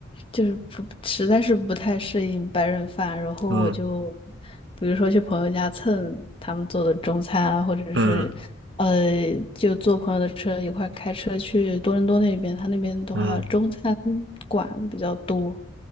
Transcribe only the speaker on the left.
就是不实在是不太适应白人饭，然后我就
比如说去朋友家蹭他们做的中餐啊，或者是呃就坐朋友的车一块儿开车去多伦多那边，
他那边的话中餐
馆比较多，